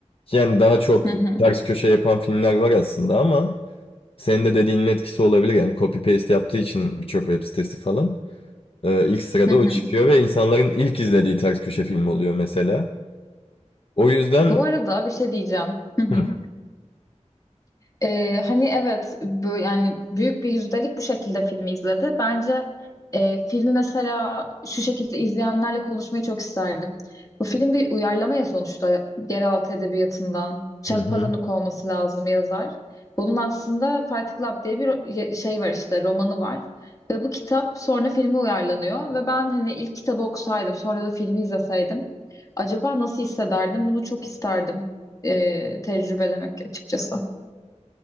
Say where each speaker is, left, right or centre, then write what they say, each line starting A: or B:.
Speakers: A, on the left (about 50°); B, on the left (about 25°).
A: Yani daha çok
B: Hı hı.
A: ters köşe yapan filmler var aslında ama senin de dediğinin etkisi olabilir. Yani copy paste yaptığı için birçok web sitesi falan e, ilk sırada
B: Hı hı.
A: o çıkıyor ve insanların ilk izlediği ters köşe film oluyor mesela. O yüzden
B: Bu arada bir şey diyeceğim. Hı hı.
A: Hı.
B: Ee, hani evet bu yani büyük bir yüzdelik bu şekilde filmi izledi. Bence e, filmi mesela şu şekilde izleyenlerle konuşmayı çok isterdim. Bu film bir uyarlama ya sonuçta yeraltı edebiyatından. Çapalanik
A: Hı hı.
B: olması lazım yazar. Bunun aslında Fight Club diye bir ro- şey var işte romanı var. Ve bu kitap sonra filme uyarlanıyor. Ve ben hani ilk kitabı okusaydım sonra da filmi izleseydim. Acaba nasıl hissederdim? Bunu çok isterdim e, tecrübelemek açıkçası.